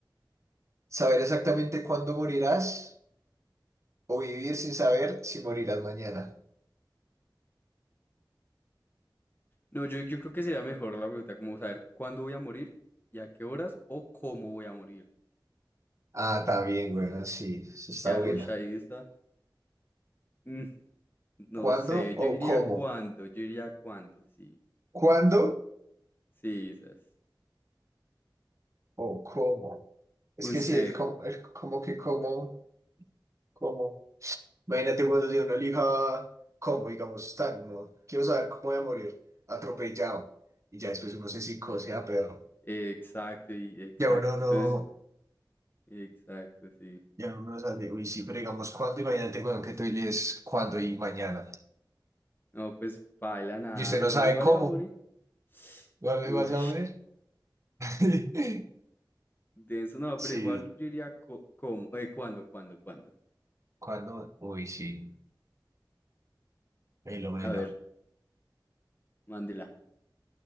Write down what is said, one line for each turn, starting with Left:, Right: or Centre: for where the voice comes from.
Right: ¿Saber exactamente cuándo morirás o vivir sin saber si morirás mañana?
Left: No, yo, yo creo que sería mejor la pregunta como saber cuándo voy a morir y a qué horas o cómo voy a morir.
Right: Ah, está bien, bueno, sí, eso está
Left: Que, ah,
Right: buena.
Left: uy, ahí está. Mm, no
Right: ¿Cuándo
Left: sé, yo
Right: o
Left: iría
Right: cómo?
Left: cuándo, yo iría cuándo, sí.
Right: ¿Cuándo
Left: Sí, esas.
Right: o cómo? Es
Left: Usted,
Right: que sí, el, com- el como que cómo, cómo. Imagínate cuando si uno elija cómo, digamos, tan, no, quiero saber cómo voy a morir, atropellado. Y ya después uno se psicose a perro.
Left: eh, exacto, y- exacto.
Right: Ya uno no,
Left: Entonces, exacto, sí.
Right: ya uno no sale. Uy, sí, pero digamos, ¿cuándo? Imagínate, weón, que tú eliges cuándo y mañana.
Left: No, pues baila nada,
Right: Y usted no
Left: igual,
Right: sabe
Left: igual
Right: cómo.
Left: iba a morir. <sighs>
Right: ¿Vas
Left: Uy,
Right: vas a morir? <laughs>
Left: denso, no,
Right: Sí.
Left: pero igual yo iría co- cómo, eh, cuándo, cuándo, cuándo.
Right: ¿Cuándo? Uy, sí. Velo, velo.
Left: A ver, mándela.